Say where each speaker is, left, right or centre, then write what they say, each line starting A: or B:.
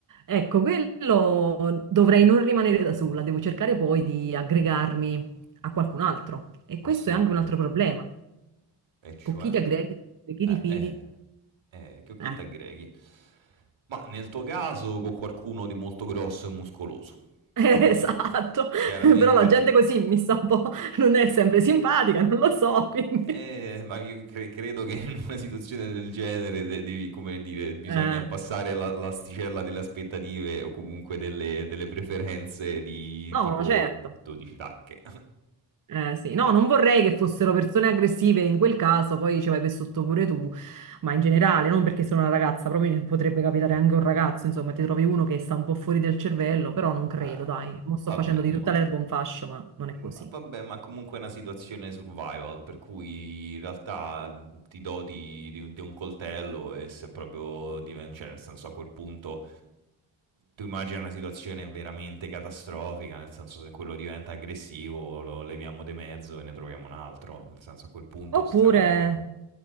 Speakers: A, on the right; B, on the right.
A: Ecco, quello dovrei non rimanere da sola, devo cercare poi di aggregarmi a qualcun altro. E questo
B: Assolutamente.
A: è anche un altro problema.
B: E cioè?
A: Con chi ti aggreghi, di chi
B: Eh,
A: ti fidi?
B: eh. Eh, che occhietta
A: Eh,
B: aggreghi. Ma nel tuo caso con qualcuno di molto grosso e muscoloso,
A: <laughs> esatto.
B: chiaramente. Chiaramente.
A: Però la gente così mi sta un po', non è sempre simpatica, non lo so, <laughs> quindi...
B: Eh, ma io cre- credo che in una situazione del genere de- devi, come dire, bisogna
A: Eh,
B: abbassare la- l'asticella delle aspettative o comunque delle, delle preferenze di
A: no,
B: tipo
A: certo.
B: 12 tacche.
A: Eh, sì, no, non vorrei che fossero persone aggressive in quel caso, poi ci vai per sotto pure tu, ma in generale, non perché sono una ragazza, proprio potrebbe capitare
B: <laughs>
A: anche a un ragazzo, insomma, ti trovi uno che sta un po' fuori del cervello, però non credo,
B: Eh,
A: dai, mo sto
B: vabbè,
A: facendo di
B: ma
A: tutta l'erba un fascio, ma non è
B: ma
A: così.
B: vabbè, ma comunque è una situazione survival, per cui in realtà mh, ti doti di, un di un coltello e se proprio diventa, cioè nel senso a quel punto tu immagini una situazione veramente catastrofica, nel senso se quello diventa aggressivo lo leviamo di mezzo e ne troviamo un altro, nel senso a quel punto
A: Oppure
B: stiamo...